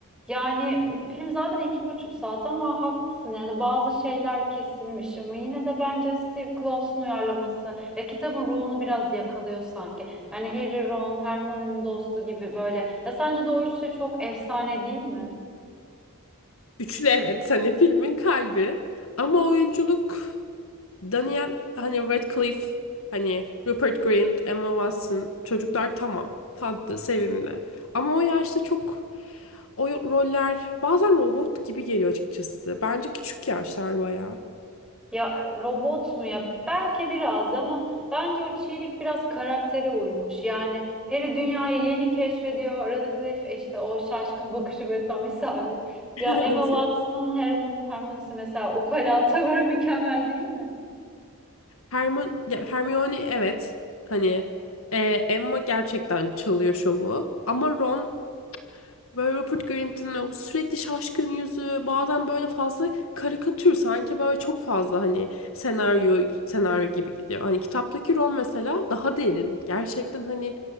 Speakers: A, in the centre; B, on the left (about 65°).
A: yani film zaten iki buçuk saat ama haklısın. Yani bazı şeyler kesilmiş ama yine de bence Steve Claus'un uyarlaması ya kitabın ruhunu biraz yakalıyor sanki. Yani Harry, Ron, Hermione'nin dostu gibi böyle. Ya sence de o üçlü çok efsane değil mi?
B: Üçlü evet hani filmin kalbi ama oyunculuk Daniel hani Radcliffe hani Rupert Grint, Emma Watson çocuklar tamam tatlı sevimli ama o yaşta çok o roller bazen robot gibi geliyor açıkçası. Bence küçük yaşlar bayağı.
A: Ya e, robot mu ya? Belki biraz ama bence o çiğlik biraz karaktere uymuş. Yani Harry dünyayı yeni keşfediyor. Radcliffe işte o şaşkın bakışı böyle tam <laughs> isabet.
B: <laughs>
A: Ya Emma
B: En sevdiğim-
A: Watson'ın Hermione, Hermione'si mesela ukala tavırı mükemmel değil mi?
B: Hermione, ya Hermione evet hani e, Emma gerçekten çalıyor şovu ama Ron Böyle Rupert Grint'in o sürekli şaşkın yüzü bazen böyle fazla karikatür sanki böyle çok fazla hani senaryo senaryo gibi gidiyor. Hani kitaptaki rol mesela daha derin. Gerçekten hani